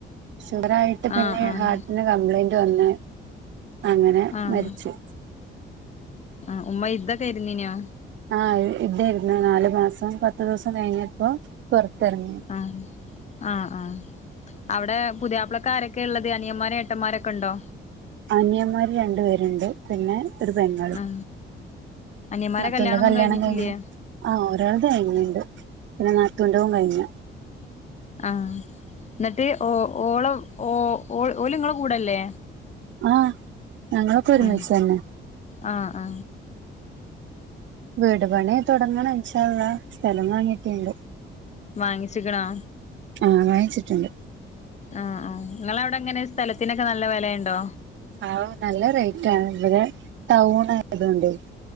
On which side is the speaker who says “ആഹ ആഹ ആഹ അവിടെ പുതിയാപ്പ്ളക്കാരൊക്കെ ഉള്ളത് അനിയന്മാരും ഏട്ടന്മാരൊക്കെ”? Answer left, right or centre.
Left